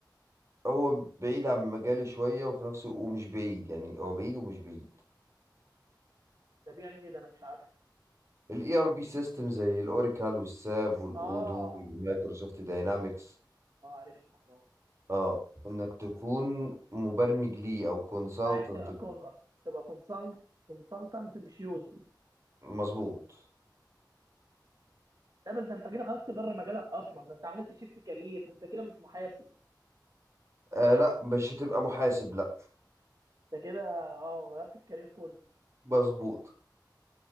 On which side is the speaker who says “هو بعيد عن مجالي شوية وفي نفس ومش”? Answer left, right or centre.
Right